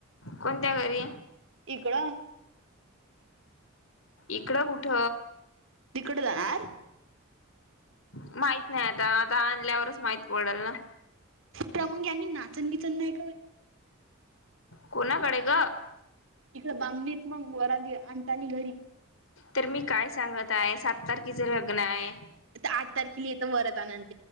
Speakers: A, on the left; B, on the right.
A: कोणत्या घरी
B: इकडं
A: इकडं कुठ.
B: तिकट द नाणार
A: माहित नाही आता आता आणल्यावरच माहित पडेल ना
B: त्या मग यांनी नाचण बिचण नाही का.
A: कोणा पडेग
B: इकडे बांमणीत मग वर आणताानी घरी
A: तर मी काय सांगत आहे सात तारखेच लग्न आहे.
B: तर आठ तारखेला येतं वरत आनंत